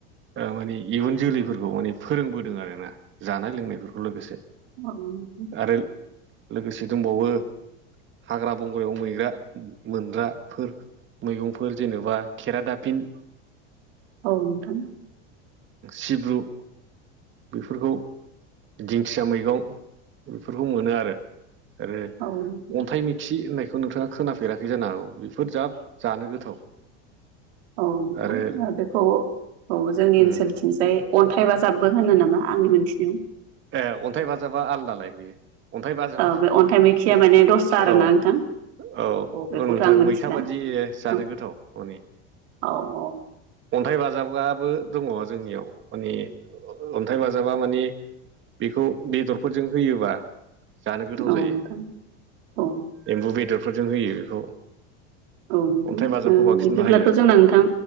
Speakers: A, on the right (about 35°); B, on the right (about 75°).
A: माने इयुन जोलैफोरखौ माने फोरोंबोदों आर ना जानाय लोंनायफोरखौ लोगोसे
B: औ नोंथां
A: आरो लोगोसे दंबावो हाग्रा बंग्रायाव मै गग्रा मोनग्राफोर मैगंफोर जेनेबा खेरा दाफिन
B: नोंथां
A: सिब्रु बेफोरखौ दिंखिया मैगं बेफोरखौ मोनो आरो आरो
B: औ नोंथां
A: अन्थाइ मिथि होननायखौ थ' नोंथाङा खोनाफेराखै जानो हागौ बेफोर जाब जानो गोथाव
B: औ नोंथां
A: आरो
B: ज बेखौ औ जोंनि
A: उम
B: ओनसोलथि थिसाय अन्थाइ बााजाबगबो होनो नामा आंनि मोनथिनायाव
A: ए अन्थाइ बाजाबा आलदालाय बेयो अन्थाइ बाजाबा
B: औ बे अन्थाइ मैखिया माने दसथ्रा आर
A: औ
B: ना नोंथां।
A: औ
B: बेखौथ'
A: औ नोंथां
B: आं मिथिला
A: मैथा बादि जानो
B: औ
A: गोथाव हनि
B: औ औ
A: अन्थाइ बाजाबाबो दङ जोंनियाव माने अन्थाइ बाजाबा माने बेखौ बेदरफोरजों होयोबा जानो गोथाव
B: औ
A: जायो‌।
B: नोंथां औ
A: एम्बु बेदरफोरजों होयो बेखौ
B: नोंथां
A: अन्थाइ
B: ओ
A: बाजाबखौ बांसिन
B: बिदिब्लाथ'
A: बाहायो
B: जोंना नोंथां